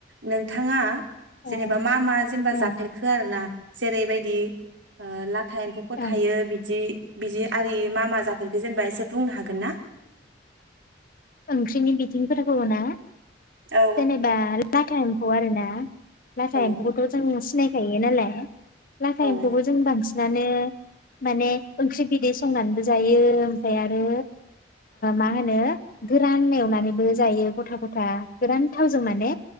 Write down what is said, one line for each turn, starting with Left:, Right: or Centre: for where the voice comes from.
Right: नोंथाङा जेनेबा
Left: औ
Right: मा मा जेनेबा
Left: औ
Right: जाफेरखो आरो ना जेरैबायदि ओ ला फिथा एम्फौफोर
Left: ओं
Right: थायो बिदि बिदि आरि मा मा जाफेरखो जेनेबा एसे बुंनो हागोन गोनना
Left: ओंख्रिनि बिथिंफोरखौबो ना
Right: औ
Left: जेनैबा <unintelligible> खौ आरो ना नाथाय
Right: औ
Left: बेखौथ' जों सिनाय थायो नालाय लाथा
Right: औ
Left: एम्फौबो जों बांसिन मानो माने ओंख्रि बिदै संनानैबो जायो ओमफ्राय आरो मा होनो गोरान एवनानैबो जायो गथा गथा गोरान थावजों माने